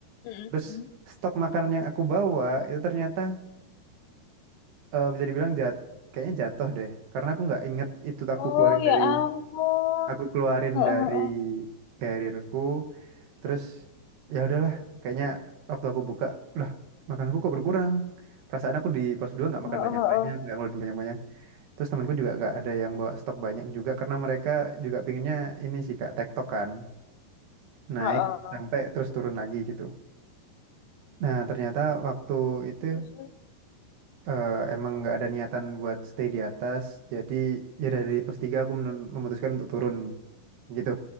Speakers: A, on the left; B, on the right.
A: Mm-mm.
B: terus stok makanan yang aku bawa itu ternyata eh, bisa dibilang jat kayaknya jatuh deh karena aku nggak inget itu aku
A: ah. Oh
B: keluarin
A: ya
B: dari
A: ampun.
B: aku keluarin
A: Heeh,
B: dari
A: heeh,
B: karirku terus ya udahlah kayaknya waktu aku buka lah makananku kok berkurang perasaan aku di pos 2 nggak makan
A: heeh,
B: banyak-banyak nggak ngeluarin banyak-banyak terus temanku juga nggak ada yang bawa stok banyak juga karena mereka juga pinginnya ini sih kak tektok kan naik
A: heeh, heeh.
B: sampai terus turun lagi gitu nah ternyata waktu itu
A: Terus terus.
B: eh, emang nggak ada niatan buat stay di atas jadi ya dari pos 3 aku menun- memutuskan untuk turun gitu